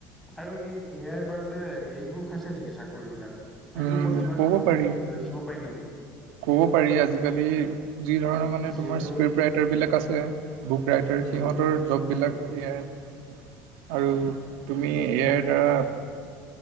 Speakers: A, in the centre; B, on the right (about 85°).
A: আৰু বাৰুতে সেৰিবোৰ- খাইছে নেকি চাকৰি বিলাক,
B: উম
A: সেইটোৰ ওপৰত কিবা ক'ব নেকি
B: পাৰি
A: লিখিব পায় নেকি।
B: ক'ব পাৰি আজিকালি যি ধৰণৰ মানে
A: যিহেতু
B: তোমাৰ স্ক্ৰিপট ৰাইটাৰ বিলাক আছে, বুক ৰাইটাৰ
A: উম
B: সিহঁতৰ জব
A: উম
B: বিলাক এয়াৰ আৰু তুমি এয়াৰ দ্বাৰা।